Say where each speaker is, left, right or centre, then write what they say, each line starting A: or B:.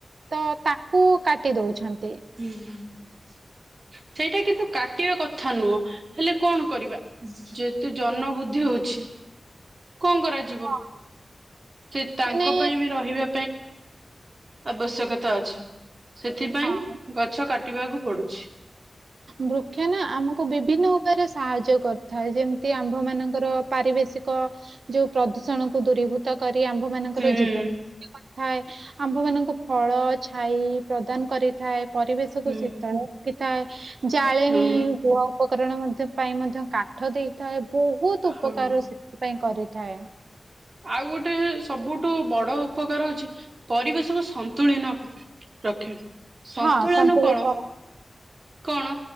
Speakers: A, on the right; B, on the right.
A: ତ ତାକୁ କାଟି ଦଉଛନ୍ତି।
B: ହୁଁ ହ। ସେଇଟା କିନ୍ତୁ କାଟିବା କଥା ନୁହଁ ହେଲେ କଣ କରିବା ଯେହେତୁ ଜନ ବୁଦ୍ଧି ହଉଛି। ପକ୍ଷୀ କଣ କରାଯିବ
A: ହଁ,
B: ସେ ତାଙ୍କ
A: ମାନେ
B: ପାଇଁ ବି ରହିବା। ଆବଶ୍ୟ ସେଥି ଗ
A: ହଁ
B: କଟକୁ ପଡୁଛି।
A: ବୃକ୍ଷ ନା ଆମକୁ ବିଭିନ୍ନ ଉପାୟରେ ସାହାଯ୍ୟ କରିଥାଏ ଯେମିତି ଆମ୍ଭ ମାନଙ୍କର ପାରିବେଶିକ ଯୋଉ ପ୍ରଦୂଷଣ କୁ ଦୂରୀଭୂତ କରି ଆମ୍ଭ ମାନଙ୍କର
B: ହୁଁ
A: ଜୀବନ ଥାଏ ଆମ୍ଭ ମାନଙ୍କୁ ଫଳ ଛାଇ ପ୍ରଦାନ କରିଥାଏ। ପରିବେଶକୁୁ
B: ହୁଁ
A: ଶୀତଳ ରଖିଥାଏ, ଜାଳେଣି
B: ହଁ
A: ଗୁଆ ଉପକରଣ ପାଇଁ ମଧ୍ୟ କାଠ ଦେଇଥାଏ ବହୁତ ଉପକାର
B: ହଁ।
A: ସେଥିପାଇଁ କରିଥାଏ।
B: ଆଉ ଗୋଟେ ସବୁଠୁ ବଡ ଉପକାର ହଉଛି ପରିବେଶ ତ ସନ୍ତୁଳନ କ ରଖେ ସନ୍ତୁଳନ
A: ହଁ ସନ୍ତୁଳିତ
B: କଣ? କଣ